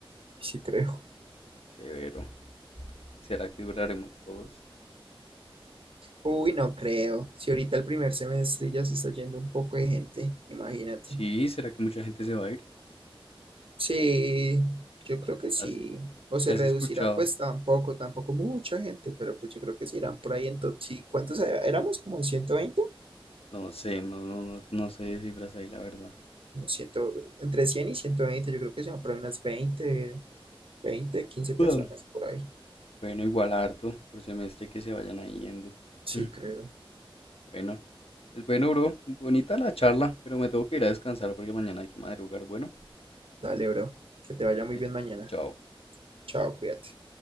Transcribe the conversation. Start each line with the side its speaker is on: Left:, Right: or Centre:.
Right: Sí creo.
Left: Severo. ¿Será que duraremos todos?
Right: Uy, no creo. Si ahorita el primer semestre ya se está yendo un poco de gente, imagínate.
Left: Sí, ¿será que mucha gente se va a ir?
Right: Sí, yo creo que sí.
Left: ¿Has-
Right: O se
Left: ¿Qué has
Right: reducirá,
Left: escuchado?
Right: pues tampoco, tampoco mucha gente, pero pues yo creo que sí irán por ahí en tot- sí, ¿Cuántos era- éramos? ¿Como 120?
Left: No sé, no, no, no, no sé de cifras ahí, la verdad.
Right: Como 100, entre 100 y 120, yo creo que se van por ahí unas 20, 20, 15 personas
Left: Ujú.
Right: por ahí.
Left: Bueno, igual harto por semestre que se vayan ahí yendo.
Right: Sí,
Left: Mm,
Right: creo.
Left: Bueno, pues bueno, bro, bonita la charla, pero me tengo que ir a descansar porque mañana hay que madrugar. Bueno,
Right: Dale, bro. Que te vaya
Left: dale,
Right: muy bien mañana.
Left: chao.
Right: Chao, cuídate.